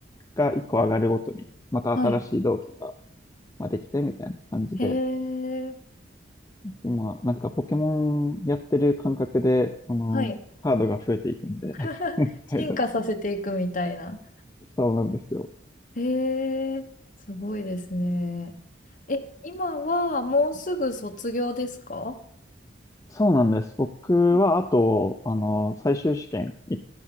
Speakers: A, on the left (about 15°); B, on the left (about 45°).
A: が1個上がるごとに、また新しい同期が、
B: はい。
A: まあ、できてみたいな感じで、
B: へえ、
A: 今、なんかポケモンやってる感覚で、あの、
B: はい。
A: カードが増えていくんで
B: <laughs>
A: <laughs>
B: 進化させていくみたいな。
A: 大切そうなんですよ。
B: へえ、すごいですね。え、今はもうすぐ卒業ですか
A: そうなんです。僕は、
B: うん
A: あと、あの、最終試験1